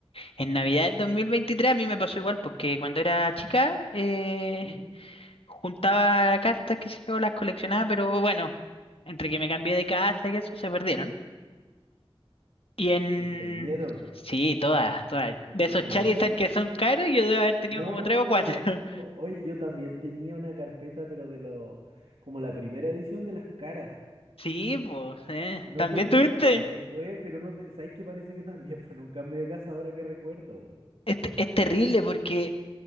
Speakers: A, on the left; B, on the right.
A: en Navidad del 2023 a mí me pasó igual, porque cuando era chica eh,
B: ¿Mm?
A: juntaba cartas, que sé yo, las coleccionaba, pero bueno, entre que me cambié de casa y eso se perdieron. Y en...
B: ¿Se te perdieron?
A: Sí, todas, todas.
B: ¿Y
A: De
B: tenías
A: esos
B: muchas?
A: Charizard que son caros, yo debo haber tenido
B: No,
A: como tres o cuatro. <laughs>
B: oye, yo también tenía una carpeta, pero de lo, como la primera edición de las caras.
A: Sí, pues, eh.
B: Y no
A: ¿También
B: tengo
A: tuviste?
B: idea qué fue, pero no te, ¿sabes qué? Parece que también fue en un cambio de casa ahora que recuerdo, weón.
A: Es, te- es terrible porque